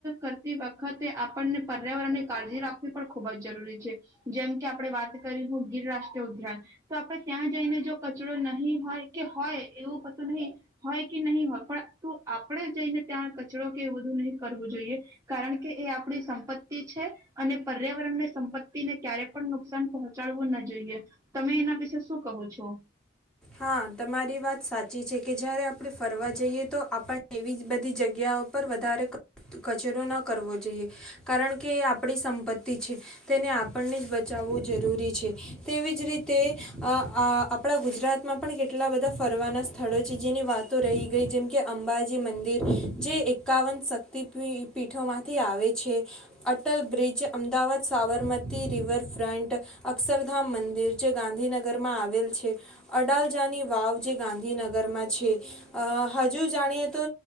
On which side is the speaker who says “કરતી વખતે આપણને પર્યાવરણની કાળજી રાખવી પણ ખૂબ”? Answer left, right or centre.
Right